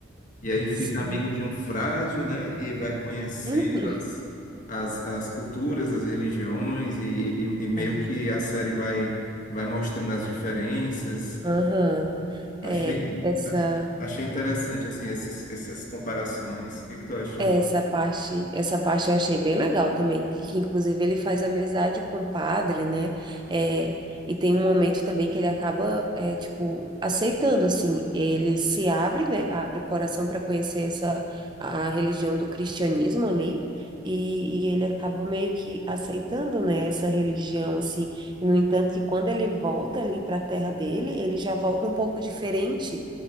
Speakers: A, on the left; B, on the right.
A: e aí fica
B: Sim.
A: amigo de um frade, né? E vai conhecendo
B: Uhum.
A: as, as, as culturas, as religiões, e, e, e meio
B: É.
A: que a série vai, vai mostrando as diferenças.
B: Aham.
A: Eu
B: É,
A: achei,
B: essa.
A: ach- achei interessante, assim, esses, essas comparações. O que que tu achou?
B: Essa parte, essa parte eu achei bem legal também, que inclusive ele faz amizade com o padre, né? É, e tem um momento também que ele acaba, é, tipo, aceitando, assim, ele se abre, né? Abre o coração para conhecer essa, a religião do cristianismo ali, e, e ele acaba meio que aceitando, né, essa religião, assim. No entanto, que quando ele volta ali para a terra dele, ele já volta um pouco diferente